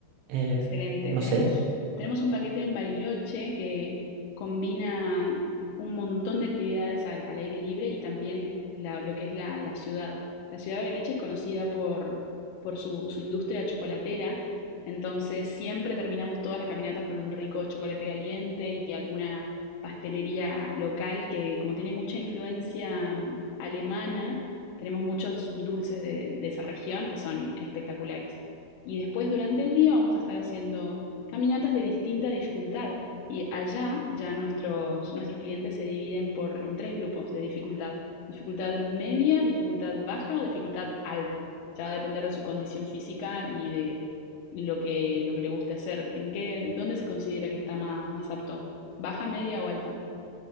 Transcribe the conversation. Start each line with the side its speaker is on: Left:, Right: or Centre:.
Right: Eh,
Left: Excelente.
Right: no
Left: Tenemos,
Right: sé,
Left: tenemos un paquete en Bariloche que combina un montón de actividades al, al aire libre y también la- lo que es la, la ciudad. La ciudad de Bariloche es conocida por, por su, su industria chocolatera, entonces siempre terminamos todas las caminatas con un rico chocolate caliente y alguna pastelería local que como tiene mucha influencia mm, alemana, tenemos muchos dulces de de esa región que son espectaculares. Y después durante el día vamos a estar haciendo caminatas de distinta dificultad. Y allá ya nuestros, nuestros clientes se dividen por, en tres grupos de dificultad. Dificultad media, dificultad baja o dificultad alta. Ya va a depender de su condición física y de lo que, lo que le guste hacer. ¿En qué, dónde se considera que está más, más apto? ¿Baja, media o alta?